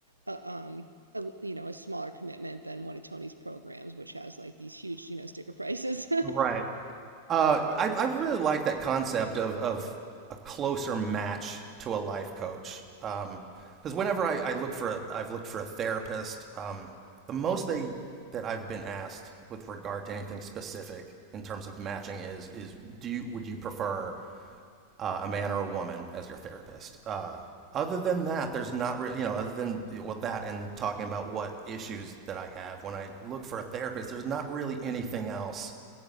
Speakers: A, on the right (about 80°); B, on the right (about 30°).
A: a, um, a, you know, a smaller commitment than one of Tony's programs, which has like these huge, you know, sticker prices.
B: Right. Uh, I, I really like that concept of, of a closer match to a life coach. Um, Because whenever I, I look for, a, I've looked for a therapist. Um, the most they that I've been asked with regard to anything specific in terms of matching is is do you would you prefer uh, a man or a woman as your therapist? Uh, other than that, there's not really you know other than well that and talking about what issues that I have when I look for a therapist, there's not really anything else